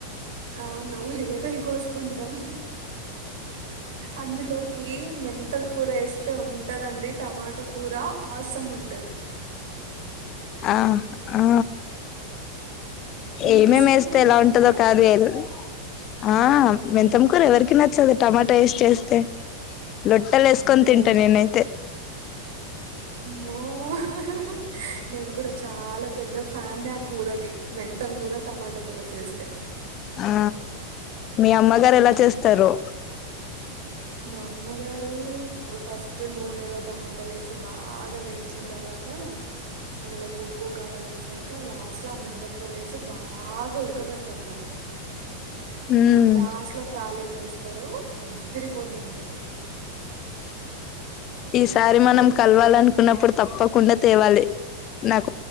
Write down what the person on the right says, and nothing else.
అవును ఉల్లిగడ్డలు కోసుకుంటాం అందులోకి మెంతం కూర వేస్ తే ఉంటదండి టమాటో కూర ఆసం ఉంటది
మీకు
ఇష్టమేనా
అలాగా
అంతే
అంటారా
మో హ్ హ్ నేను కూడా చాలా పెద్ద ఫ్యాన్ నా కూరకి మెంతం కూర టమాటా కూర చేస్తే
మా అమ్మగారు ఫస్ట్ నూనెలో టమాటాలు వేసి బాగా వేయించిన తర్వాత అందులో ఉప్పు కారం వేసాక లాస్ట్ లో ఆ మెంత మొతం కూర వేసి బాగా ఉడకబెడతారు దాన్ని
లాస్ట్ లో తాలింపు వేస్తారు అదిరిపోద్ది అంతే